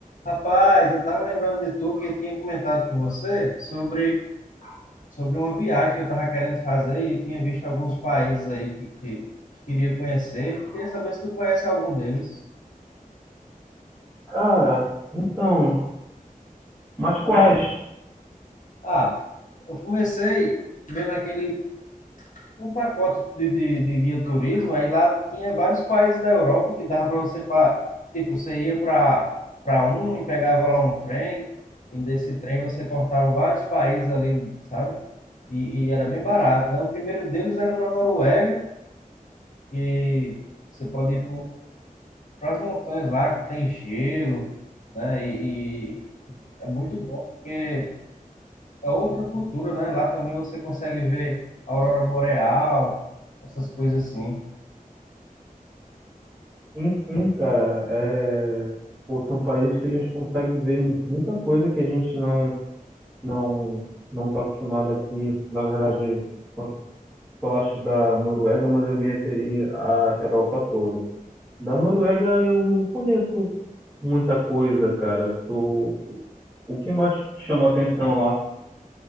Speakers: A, on the left (about 60°); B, in the centre.
A: Rapaz, eu estava lembrando de tu que eu tinha comentado com você sobre, sobre uma viagem que eu estava querendo fazer e eu tinha visto alguns países aí que, que, que queria conhecer. Queria saber se tu conhece algum deles.
B: Cara, então, mas quais?
A: Ah, eu comecei vendo aquele um pacote de, de, de guia turismo, aí lá tinha vários países da Europa que dava para você, pra, tipo, você ia para para um e pegava lá um trem, e desse trem você cortava vários países ali, sabe? E, e era bem barato, né? O primeiro deles era na Noruega, que você pode ir para as montanhas lá, que tem gelo, né? E, e é muito bom porque é outra cultura, né? Lá também você consegue ver a aurora boreal, essas coisas assim.
B: Enfim, cara, é, pô, são países que a gente consegue ver muita coisa que a gente não não não está acostumado aqui. Na verdade, quando falaste da Noruega, mas eu me referi à Europa toda. Da Noruega eu não conheço muita coisa, cara. Tô... O que mais te chamou a atenção lá?